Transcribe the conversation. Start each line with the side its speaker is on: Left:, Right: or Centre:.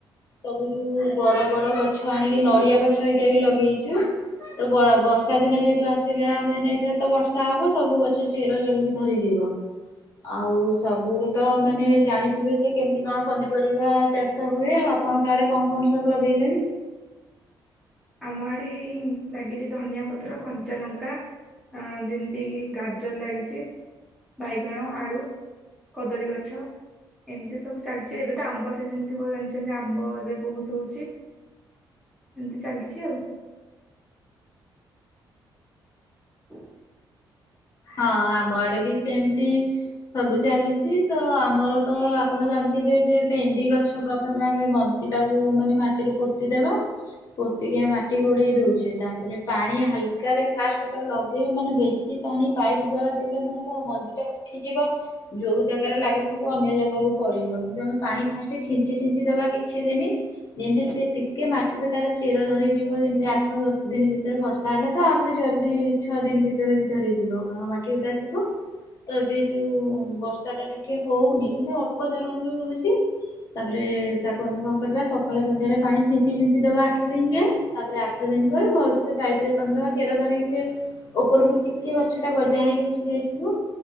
Left: ସବୁ ଯୋଉ ବଡ ବଡ ଗଛ ଆଣିକି ନଡିଆ ଗଛ ହେଇକା ବି ଲଗେଇଛୁ। ତ ବ ବର୍ଷା ଦିନ ଯେହେତୁ ଆସିଲା ମେନ୍ ଏଇଥରକ ତ ବର୍ଷା ହବ, ସବୁ ଗଛ ଚେର ଜଲ୍ଦି ଧରି ଯିବ। ଆଉ ସବୁରେ ତ ମାନେ ଜାଣିଥିବେ ଯେ କେମିତି କଣ ପନିପରିବା ଚାଷ ହୁଏ ଆଉ। ଆପଣଙ୍କ ଆଡେ କଣ କଣ ସବୁ ଲଗେଇଲେଣି?
Centre: ଆମ ଆଡ଼େ ଲାଗିଛି ଧନିଆ ପତ୍ର କଞ୍ଚା ଲଙ୍କା। ଆଉ ଯେମିତିକି ଗାଜର ଲାଗିଛି। ବାଇଗଣ ଆଳୁ କଦଳୀ ଗଛ ଏମିତି ସବୁ ଚାଲିଛି ଏବେ ତ ଆମ୍ବ ସିଜିନ୍। ଥିବ ଜାଣିଛନ୍ତି ଆମ୍ବ ଏବେ ବହୁତ ହଉଛି ଏମିତି ଚାଲିଛି ଆଉ। ହଁ <unintelligible>
Left: ହଁ ଆମ ଆଡେ ବି ସେମତି। ସବୁ ଚାଲିଛି ତ ଆମର ତ ଆପଣ ଜାଣିଥିବେ ଯେ ଭେଣ୍ଡି ଗଛ ପ୍ରଥମେ ଆମେ ମଞ୍ଜି। ତାକୁ ମାନେ ମାଟିରେ ପୋତିଦେବା। ପୋତିକି ଆମେ ମାଟି ଗୋଡେଇ ଦଉଛେ ତାପରେ ପାଣି ହାଲକରେ ଫାଷ୍ଟ ଯେତେ ବେଳେ ଲଗେଇବ ମାନେ ବେଶୀ ପାଣି। ପାଇପ୍ ଦ୍ଵାରା ଦେଲେ ମାନେ କଣ ମଞ୍ଜି ଟା ଉଠିଯିବ। ଯୋଉ ଜାଗାରେ ଲାଗିଥିବ ଅନ୍ୟ ଜାଗାକୁ ପଳେଇବ କିନ୍ତୁ ଆମେ ପାଣି ଫାଷ୍ଟ ଛିଞ୍ଚି ଛିଞ୍ଚି ଦେବା କିଛି ଦିନି। ଯେମିତି ସେ ଟିକେ ମାଟିରେ ତାର ଚେର ଧରିଯିବ ଯେମିତି ଆଠ ଦଶ ଦିନ ଭିତରେ ବର୍ଷା ହେଲା। ତ ଆହୁରି ଜଲ୍ଦି ଛଅ ଦିନ ଭିତରେ ବି ଧରିଯିବ କାରଣ ମାଟି ଓଦା ଥିବ। ତ ଏବେ ଯୋଉ ବର୍ଷା ଟା ଟିକେ ହଉନି କିନ୍ତୁ ଅଳ୍ପ ଧରଣ ର ହଉଛି। ତାପରେ ତାକୁ ଆମେ କଁ କରିବା ସକାଳେ ସନ୍ଧ୍ୟାରେ ପାଣି ଛିଞ୍ଚି ଛିଞ୍ଚି ଦେବା ଆଠ ଦିନ ଯାଏଁ ତାପରେ ଆଠ। ଆଠ ଦିନ ପରେ ଭଲସେ ପାଇପ ରେ ପାଣିଦବା ଚେର ଧରିକି ସେ ଉପରକୁ ଟିକେ ଗ ଗଛ ଟା ଗଜା ହେଇକି ଉଠି ଯାଇଥିବ।